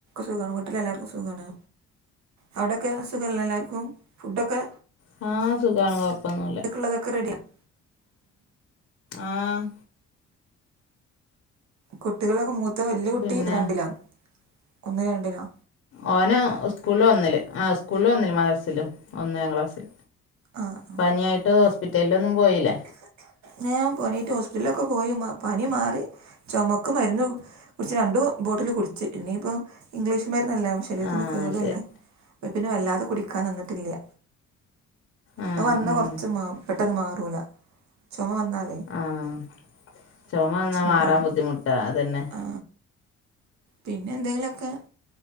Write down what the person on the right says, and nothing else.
സുഖമാണ് വീട്ടിലെല്ലാവർക്കും സുഖമാണ് അവിടെയൊക്കെ സുഖമല്ലേ എല്ലാവർക്കും ഫുഡൊക്കെ
ഉച്ചയ്ക്കുള്ളതൊക്കെ റെഡിയാണ്
കുട്ടികളോക്കെ മൂത്ത വല്ലിയ കുട്ടി
രണ്ടിലാ ഒന്ന് രണ്ടിലാ
ആഹ്
ഞാൻ പനിയായിട്ട് ഹോസ്പിറ്റലോക്കെ പോയി വന്ന പനി മാറി ചോമക്ക് മരുന്ന് കുടിച്ച് രണ്ടു ബോട്ടിൽ കുടിച്ച് ച്ചി പിന്നെയിപ്പോ ഇംഗ്ലീഷുമര്ന്നല്ലെ ശരീരത്തിന്
കെടും
അല്ലെ അപ്പോ പിന്നെ വല്ലാതെ കുടിക്കാൻ നിന്നിട്ടില്ല
അഹ് വന്ന
കുറച്ച് ചുമാ പെട്ടെന്ന് മാറൂല ചുമ വന്നാലെ
ഉണ്ടായതാണ്
ആ പിന്നെ എന്തെങ്കിലോക്കെ